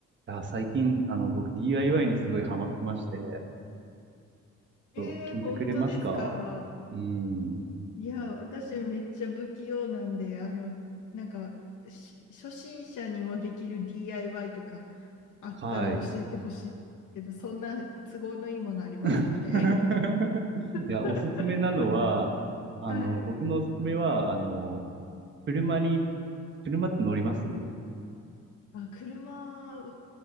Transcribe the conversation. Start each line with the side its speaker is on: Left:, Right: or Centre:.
Right: あ、最近、あの、僕 DIY にすごいハマってまして、
Left: ええー、
Right: そ聞いてくれますかうん。
Left: 本当ですか。いや、私めっちゃ不器用なんで、あの、なんか、し初心者にもできる DIY とかあったら教えてほしいけど、
Right: はい。
Left: そんな都合のいいものありますかね。
Right: <laughs> いや、
Left: <laughs>
Right: おすすめなのは、あの、
Left: はい。
Right: 僕のおすすめは、あの、車に、車って乗ります
Left: あ、車は、